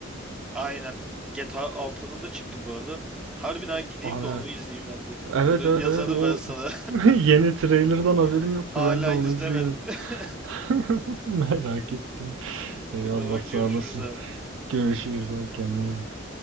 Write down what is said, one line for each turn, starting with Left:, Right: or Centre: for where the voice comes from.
Centre: Aynen. GTA altının da çıktı bu arada. Harbiden gideyim
Right: Aa,
Centre: de onu izleyeyim ben de. Sonra
Right: Evet
Centre: yazarım
Right: evet evet o
Centre: ben sana.
Right: <laughs> yeni trailer'dan haberim
Centre: <laughs>
Right: yoktu.
Centre: Hala
Right: Ben de onu
Centre: izlemedim.
Right: izleyeyim.
Centre: <laughs>
Right: <laughs> Merak ettim. Eyvallah
Centre: O zaman
Right: sağ
Centre: görüşürüz
Right: olasın.
Centre: abi.
Right: Görüşürüz abi kendine
Centre: Bye
Right: iyi
Centre: bye.
Right: bak.